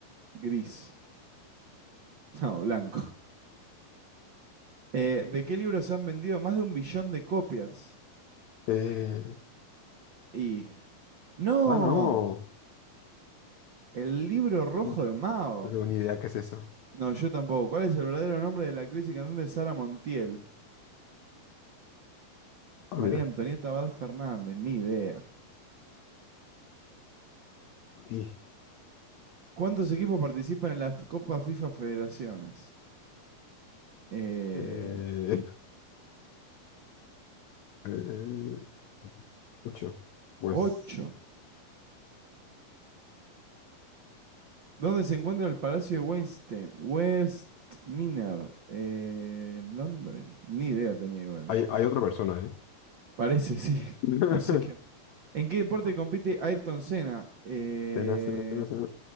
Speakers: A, on the right (about 75°); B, on the left (about 80°).
A: Gris. No, blanco. Eh, ¿de qué libros han vendido más de un billón de copias?
B: Eh,
A: Y... ¡No!
B: ah, no.
A: El libro rojo
B: No
A: de Mao.
B: no tengo ni idea qué es eso.
A: No, yo tampoco. ¿Cuál es el verdadero nombre de la actriz y cantante Sara Montiel?
B: Ah,
A: María
B: mira,
A: Antonieta Abad Fernández, ni idea.
B: aquí.
A: ¿Cuántos equipos participan en la Copa FIFA Federaciones? Eh,
B: Eh, eh, ocho. Pues
A: ocho. ¿Dónde se encuentra el Palacio de Westminster? Westminster, eh, Londres. Ni idea tenía igual,
B: hay,
A: eh.
B: hay otra persona, ¿eh?
A: Parece, sí. <laughs>
B: <laughs>
A: No sé qué. ¿En qué deporte compite Ayrton Senna? Eh,
B: Cena, cena, cena, cena.